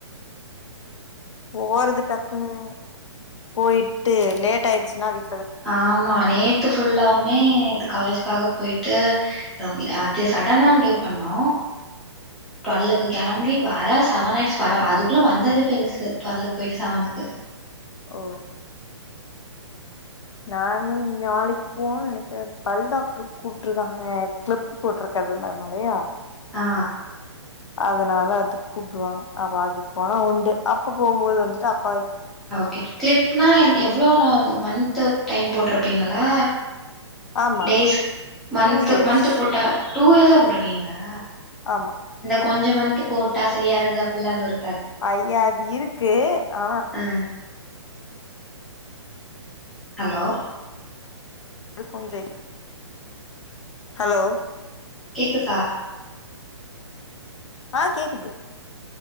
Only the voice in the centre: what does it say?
ஆமா நேத்து ஃபுல்லாவுமே நேத்து காலேஜ்க்காக போயிட்டு லோன்லி அது சடனா முடிவு பண்ணோ டுவலுக்கு கெளம்பி வர செவன் ஆயிடுச்சு வர அதுக்குள்ள வந்ததே பெருசு டுவலுக்கு போயிட்டு செவனுக்கு
ஆ
ஓகே கிளிப்னா என் எவ்ளோ நா ஒன் தட் டைம் போட்ருப்கிங்களே
days month
month போட்டா டூ இயர்ஸ்ஸா போட்ருக்கீங்களா
கொஞ்சொ மந்து போட்டா சரியாறது அப்பில்லா எதுவு இரு
ஆ ஹலோ
கேக்குதா